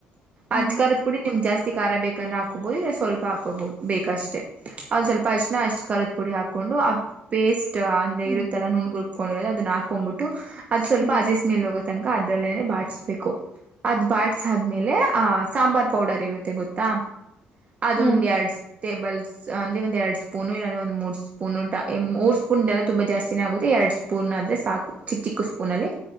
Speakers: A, in the centre; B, on the right (about 35°).
A: ಹ್ಮ್
B: ಅಜ್ ದ ಪುಡಿ ನಿಮ್ಗ್ ಜಾಸ್ತಿ ಖಾರ ಬೇಕು ಚಕ್ಕನ್ ಹಾಕೋಬೋದು ಇಲ್ಲ ಸ್ವಲ್ಪ ಹಾಕೋಬೋದು ಬೇಕಷ್ಟೇ ಒಂದು ಸ್ವಲ್ಪ ಅರಿಶಿನ ಅಷ್ಟು ಕರದುಡಿ ಹಾಕಕ್ಕೊಂಡು ಆ ಪೇಸ್ಟ್ ಅಂದ
A: ಹ್ಮ್
B: ಇರುತ್ತೆಲ್ಲ ನುಣ್ಣಗೆ ಕುುಬ್ಕೊಂಡಿರದು ಅದನಾ ಹಾಕ್ಬಿಟ್ಟು ಕೊಂಡ್ಂಬಿಟ್ಟು ಅದು ಸ್ವಲ್ಪ
A: ಹ್ಮ್
B: ಅಜಸ್ ಮೇಲ್ ಹೋಗೆ ಅದ್ರಲ್ಲೇನೆ ಬಾಡ್ಸ್ಬೇಕು ಅದ್ ಬಾಡ್ಸಾದ್ಮೇಲೆ ಆಹ ಸಾಂಬಾರ್ ಪೌಡರ್ ಇರುತ್ತೆ ಗೊತ್ತಾ ಅದೊಂದ
A: ಹ್ಮ್
B: ಎರಡ್ ಟೇಬಲ್ಸ್ ಅಂದರೆ ಒಂದು ಎರಡು ಸ್ಪೂನು ಇಲ್ಲಾಂದರೆ ಒಂದು ಮೂರು ಸ್ಪೂನು ಟ ಮೂರು ಸ್ಪೂನ್ದೆಲ್ಲ ತುಂಬಾ ಜಾಸ್ತಿನೇ ಆಗುತ್ತೆ ಎರಡು ಸ್ಪೂನ್ ಆದ್ರರೆ ಸಾಕು ಚಿಕ್ಕ ಚಿಕ್ಕ ಸ್ಪೂನಲ್ಲಿ